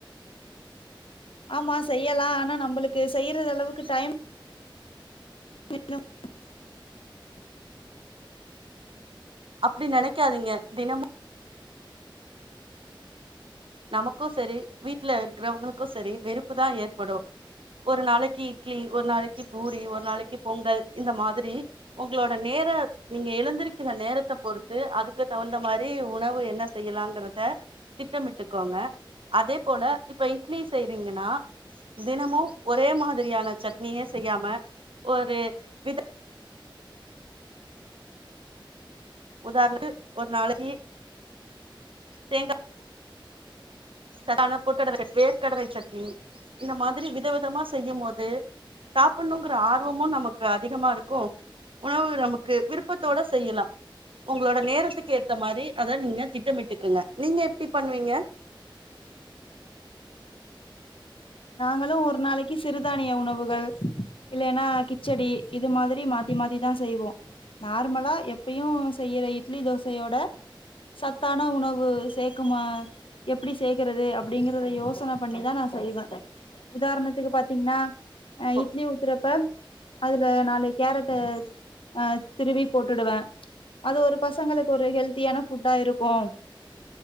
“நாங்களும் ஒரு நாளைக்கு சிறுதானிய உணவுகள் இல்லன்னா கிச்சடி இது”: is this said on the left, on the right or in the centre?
Left